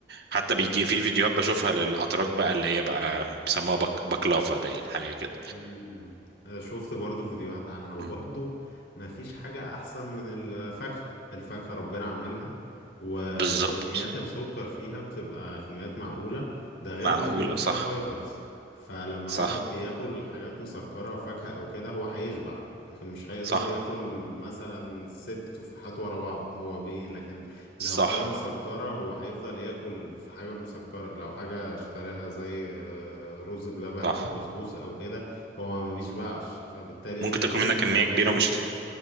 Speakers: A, on the right (about 65°); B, on the left (about 85°).
A: حتى
B: مم.
A: بيجي في فيديوهات بشوفها للأتراك بقى اللي هي بقى بيسموها بك... بكلافا باين حاجة كده
B: امم آه، شفت برضو فيديوهات عنها وبرضو
A: مم.
B: ما فيش حاجة أحسن من الفاكهة الفاكهة ربنا عاملها وكميات
A: بالظبط
B: السكر فيها بتبقى كميات معقولة ده غير
A: معقولة
B: إن بيبقى فيها
A: صح
B: فايبرز فلما
A: صح
B: الواحد بياكل حاجات مسكرة فاكهة أو كده هو هيشبع لكن مش هيقدر
A: صح
B: ياكل مثلا ست تفاحات ورا بعض هو بإيه لكن لو
A: صح
B: حاجة مسكرة هو هيفضل ياكل في حاجة مسكرة لو حاجة اشتراها زي آه، رز بلبن
A: صح
B: أو بسبوسة أو كده هو ما بيشبعش فبالتالي
A: ممكن
B: هيجيله
A: تاكل منها
B: السكر
A: كمية
B: هيجيله
A: كبيرة ومش
B: السكر
A: هتح...